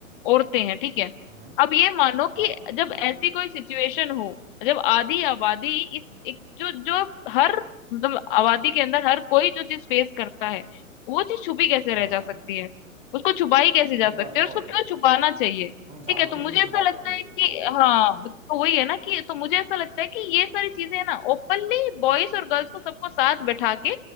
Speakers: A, on the left (about 40°); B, on the right (about 15°).
A: औरतें हैं ठीक है
B: हम्म
A: अब ये मानो
B: हाँ
A: कि जब
B: सही बोल
A: ऐसी
B: रहे हो
A: कोई सिचुएशन हो जब आधी आबादी इस
B: हम्म,
A: एक जो जो हर मतलब आबादी के अंदर हर कोई जो चीज फेस करता है वो चीज छुपी कैसे रह
B: हाँ
A: जा सकती
B: हाँ
A: है उसको छुपाई कैसे जा
B: सही
A: सकती
B: बात है
A: है
B: और
A: उसको क्यों
B: क्या
A: छुपाना चाहिए
B: तुम चाह
A: ठीक है तो
B: के
A: मुझे
B: भी नहीं छुपा
A: ऐसा लगता
B: सकते
A: है
B: उसे तो
A: कि हाँ तो वही है ना कि तो मुझे ऐसा लगता है कि ये सारी चीजें है ना ओपनली बॉयज और गर्ल्स को सबको साथ बैठा के